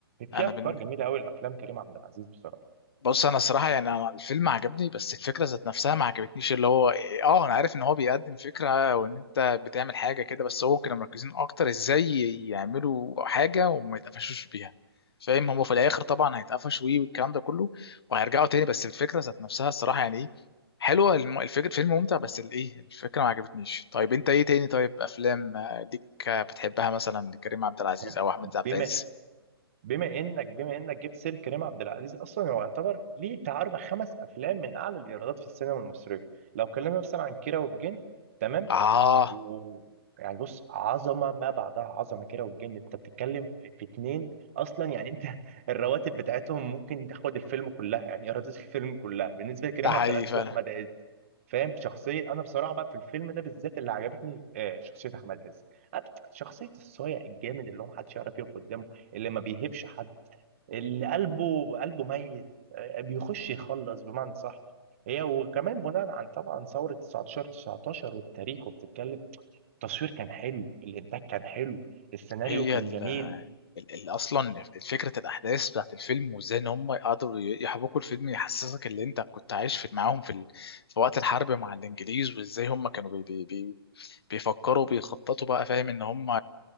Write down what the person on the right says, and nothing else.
في افكار
جميله قوي لافلام كريم عبد العزيز بصراحه
طب
بما
بما انك بما انك جبت سير كريم عبد العزيز اصلا هو يعتبر ليه بتاع اربع خمس افلام من اعلى الايرادات في السينما المصريه لو اتكلمنا مثلا عن كيرة والجن تمام
و يعني بص عظمه ما بعدها عظمه كيرة والجن انت بتتكلم في, في اتنين اصلا يعني انت <laughs> الرواتب بتاعتهم ممكن تاخد الفيلم كلها يعني ايرادات الفيلم كلها بالنسبه لكريم
عبد العزيز
واحمد عز فاهم شخصية أنا بصراحة بقى في الفيلم ده بالذات اللي عجبتني آه، شخصية أحمد عز شخصية الصايع الجامد اللي هو محدش يعرف يقف قدامه اللي ما بيهبش حد اللي قلبه قلبه ميت آه، بيخش يخلص بمعنى صح هي وكمان بناء عن طبعا ثورة 19 19 والتاريخ وبتتكلم التصوير كان حلو الإنتاج كان حلو السيناريو
كان
جميل